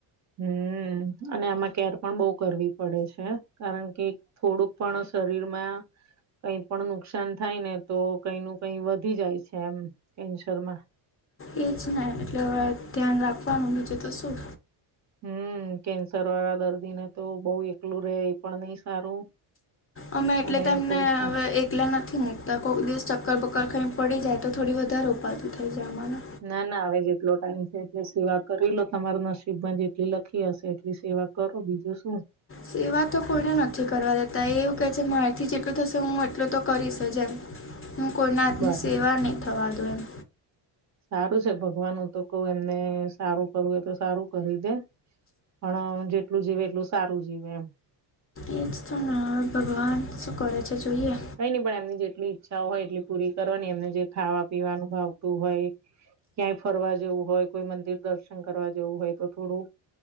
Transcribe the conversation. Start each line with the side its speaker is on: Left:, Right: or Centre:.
Right: હમ્મ અને આમાં કેર પણ બહુ કરવી પડે છે. કારણ કે થોડુંક પણ શરીરમાં, કંઈ પણ નુકસાન થાય ને, તો કંઈ ન કંઈ વધી જાય છે એમ કેન્સરમાં.
Left: એ જ ને. એટલે હવે ધ્યાન રાખવાનું બીજુ તો શું?
Right: હમ કેન્સરવાળા દર્દીને તો બહુ એકલું રહેે એ પણ નહી સારું.
Left: અમે એટલે
Right: અને
Left: તો એમને
Right: કોઈ સાથે
Left: હવે એક લા નથી મૂકતા. કોઈક દિવસ ચક્કર બક્કર ખઈન પડી જાય તો થોડી વધારે ઉપાદી થઈ જાય અમને.
Right: ના ના હવે જેટલો ટાઈમ છે, એટલી સેવા કરી લો. તમાર નસીબમાં જેટલી લખી હશે એટલી સેવા, કરો બીજું શું.
Left: સેવા તો કોઈને નથી કરવા દેતા. એ એવું કહે છે મારીથી જેટલું થશે હું એટલું તો કરીશ જે એમ. હું કોઈના હાથની
Right: બરાબર
Left: સેવા નહીં થવા દવ એમ.
Right: સારું છે ભગવાન. હું તો કઉ એમને સારું કરવું એય તો સારું કરી દે. પણ જેટલું જીવે એટલું સારું જીવે એમ.
Left: એ જ તો ના હવે ભગવાન શું કરે છે જોઈએ.
Right: કંઈ નહી પણ એમની જેટલી ઈચ્છાઓ હોય એટલી પૂરી કરવાની. એમને જે ખાવા પીવાનું ભાવતું હોય ક્યાંય ફરવા જવું હોય, કોઈ મંદિર દર્શન કરવા જવું હોય, તો થોડું